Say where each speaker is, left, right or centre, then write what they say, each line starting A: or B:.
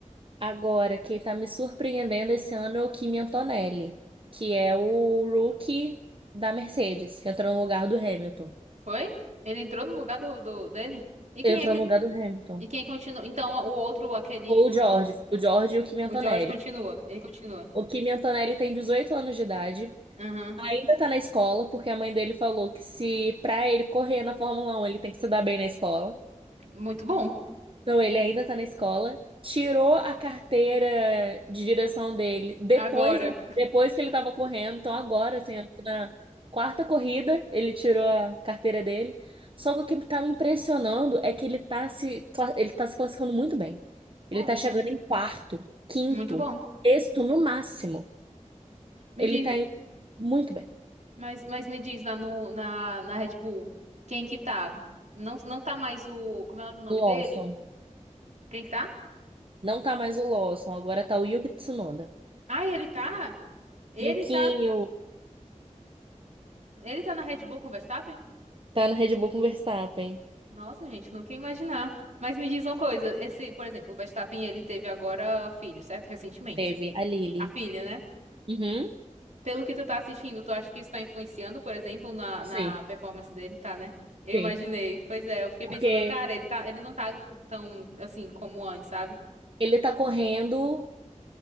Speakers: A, on the right (about 45°); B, on the right (about 65°).
A: Agora, quem tá me surpreendendo esse ano é o Kimi Antonelli, que é o rookie da Mercedes, que entrou no lugar do Hamilton.
B: Foi? Ele entrou no lugar do, do dele? E quem
A: Entrou
B: é
A: no
B: que.
A: lugar do Hamilton.
B: E quem continua? Então o outro, aquele.
A: Ou
B: Como
A: o George,
B: é?
A: o George e o Kimi Antonelli.
B: O O George continua. Ele continua.
A: O Kimi Antonelli tem 18 anos de idade,
B: Aham.
A: ainda tá na escola, porque a mãe dele falou que se pra ele correr na Fórmula 1, ele tem que se dar bem na escola.
B: Muito bom.
A: Então, ele ainda tá na escola, tirou a carteira de direção dele depois,
B: Agora.
A: depois que ele tava correndo. Então, agora, assim, acho que na quarta corrida, ele tirou a carteira dele. Só que o que tá me impressionando é que ele tá se, cla- ele tá se classificando muito bem. Ele
B: Ótimo.
A: tá chegando em quarto, quinto,
B: Muito bom.
A: sexto no máximo.
B: Me
A: Ele
B: diz.
A: tá indo muito bem.
B: Mas, mas me diz lá no, na, na Red Bull. Quem que tá? Não, não tá mais o. Como é o nome
A: Lawson.
B: dele? Quem que tá?
A: Não tá mais o Lawson, agora tá o Yuki Tsunoda.
B: Ah, ele tá? Ele
A: Yukinho
B: tá. Ele tá na Red Bull com o Verstappen?
A: tá no Red Bull com o Verstappen.
B: Nossa, gente, não quer imaginar. Mas me diz uma coisa, esse, por exemplo, o Verstappen, ele teve agora filho, certo? Recentemente.
A: Teve a Lily.
B: A filha, né?
A: Uhum.
B: Pelo que tu tá assistindo, tu acha que isso tá influenciando, por exemplo, na,
A: Sim,
B: na performance dele, tá, né? Eu
A: sim.
B: imaginei. Pois é, eu fiquei
A: Porque
B: pensando, cara, ele tá, ele não tá tão assim como antes, sabe?
A: ele tá correndo